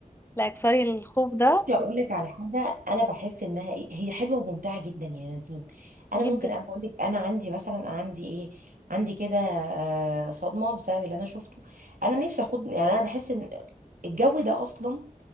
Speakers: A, on the left; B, on the right.
A: لا اكسري الخوف ده
B: بصي اقول لك على حاجه انا بحس انها ايه هي حلوه وممتعه جدا يا نادين انا
A: وجدا
B: ممكن انا بقول لك انا عندي مثلا عندي ايه عندي كده آه، صدمه بسبب اللي انا شفته انا نفسي اخد يعني انا بحس ان الجو ده اصلا